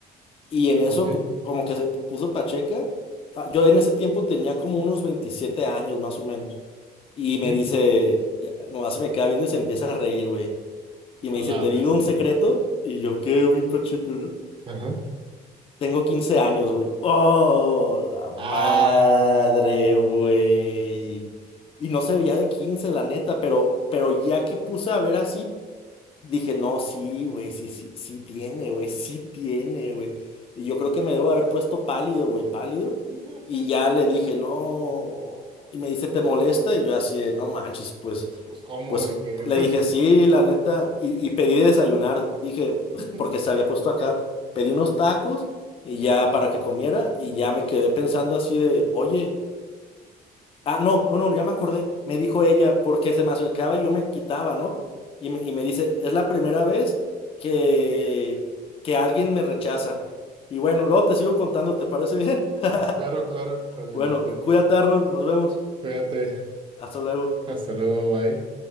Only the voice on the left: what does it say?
Y en eso
co- como que se puso pacheca. Ah, Yo en ese tiempo tenía como unos 27 años más o menos. Y
me dice, ya, nomás se me queda viendo y se empieza a reír, güey. Y me
dice,
¿te digo
un secreto? Y yo, ¿qué, bien pacheco? no?".
Tengo 15 años, güey. ¡Oh, la madre,
güey! Y no se veía de quince la neta, pero, pero ya que puse a ver así, dije, no, sí, güey, sí, sí, sí tiene, güey, sí tiene, güey. Y yo creo que me debo haber puesto pálido, güey, pálido.
Y ya le dije, no. Y me dice, ¿te molesta? Y yo así de, no manches, pues.
Pues
le dije, sí, la neta, y, y pedí de desayunar, dije,
porque se había puesto acá, pedí unos tacos y ya para que comiera y ya me quedé pensando así de, oye, ah, no, no, no, ya me acordé, me dijo ella, porque se me acercaba y yo me quitaba, ¿no? Y me, y me dice, es la primera vez que, que alguien me rechaza. Y bueno, luego te sigo contando, ¿te parece bien? <laughs>
Bueno, cu- cuídate, Arnold, nos vemos,
hasta luego.